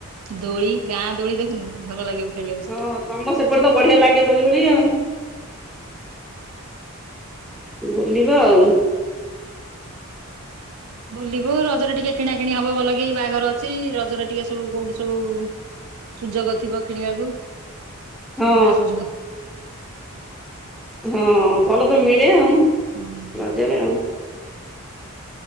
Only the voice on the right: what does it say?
ଦୋଳି ଗାଁ ଦୋଳି ଦେଖୁନୁ ଭଲ ଲାଗିବ। ଖେଳିବାକୁ ସେଠି
ହୁଁ।
ବୁଲିବୁ ରଜରେ ଟିକେ କିଣା କିିଣି ହବ ଭଲ କି ବାହାଘର ଅଛି ରଜରେ ଟିକେ ସବୁ କୋଉଠି ସବୁ। ସୁଯୋଗ ଥିବ କିଣିବାକୁ
ସୁବିଧା ସୁଯୋଗ।
ହୁଁ